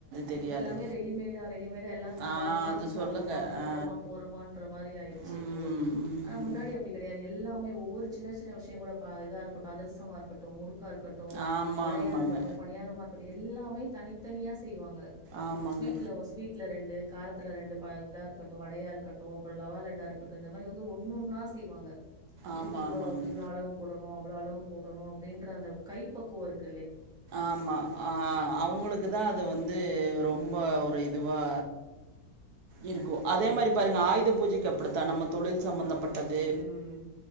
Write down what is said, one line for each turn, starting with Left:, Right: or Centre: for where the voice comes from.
Right: தெரியாது.
Centre: இப்ப ல்லாமே ரெடிமேடா ரெடிமேடா எல்லா
Right: ஆ
Centre: ஸ்வாங்க
Right: அது
Centre: ஸ்வாங்க்றோமா
Right: சொல்லுங்க.
Centre: குடுக்கறமோ
Right: ஆ.
Centre: போறமான்ற மாறி ஆய்ரிச்சு
Right: ம்,
Centre: இப்போ
Right: ம்.
Centre: ஆனா முன்னாடி அப்டி கெடையாது எல்லாம் னே ஒவ்வொரு சின்ன சின்ன விஷயங்களு பா இதா இருக்கட்டும் அதிரசமா ருக்கட்டும் முறுக் கா இருக்கட்டும்
Right: ஆமாமாங்க.
Centre: வடையா இருக்கட்டும் பணியாரமா இரு அப்படி எல்லாமே தனித்தனியா செய்வாங்க
Right: ஆமாங்க.
Centre: ஸ்வீட்ல ஸ்வீட்ல ரெண்டு காலத்துல ரெண்டு ப இதா இருக்கட்டு வடையா இருக்கட்டு அப்புறம் லவாலட்டா இருக்கட்டும் இந்த மாதிரி வந்து ஒண்ணொன்னா செய்வாங்க இதுக்கு
Right: ஆமா,
Centre: இவ்ளோ
Right: ஆமாங்க.
Centre: த் இவ்ளோ அளவு போடணு இவ்ளோ அளவு போடணு அப்டின்ற அந்த கை பக்குவொ இருக்
Right: ஆமா ஆஹ் அவங்களுக்குதா அது வந்து ரொம்ப
Centre: ம்
Right: ஒரு இதுவா இருக்கு
Centre: கண்டிப்பா
Right: அதே
Centre: கண்டிப்பா
Right: மாரி பாருங்க ஆயுத பூஜைக்கு அப்படித்தான் நம்ம தொழில் சம்பந்தப்பட்டது
Centre: ஆமா ம்